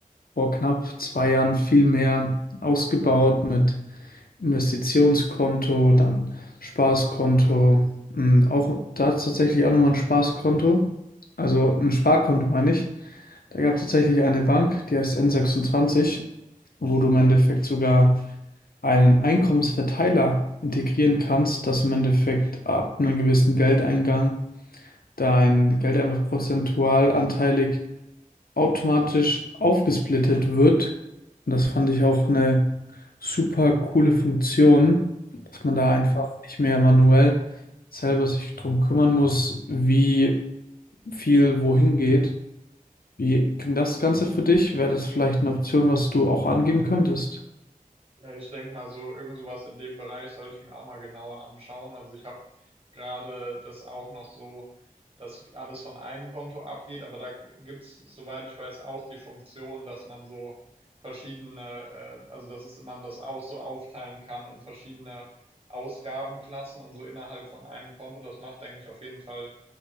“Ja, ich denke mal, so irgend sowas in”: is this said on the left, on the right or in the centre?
Right